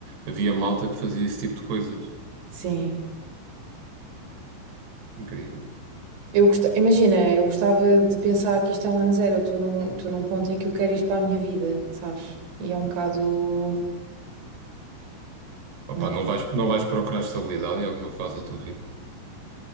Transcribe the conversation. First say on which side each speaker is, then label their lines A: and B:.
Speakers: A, on the right; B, on the right.
A: Havia malta que fazia esse tipo de coisas.
B: Sim.
A: Incrível.
B: Eu gosta- Imagina, eu gostava de pensar que isto é um ano zero. Eu estou num, estou num ponto em que eu quero isto para a minha vida, sabes? E é um bocado.
A: Opá,
B: Não,
A: não vais, não vais procurar estabilidade em alguma fase da tua vida?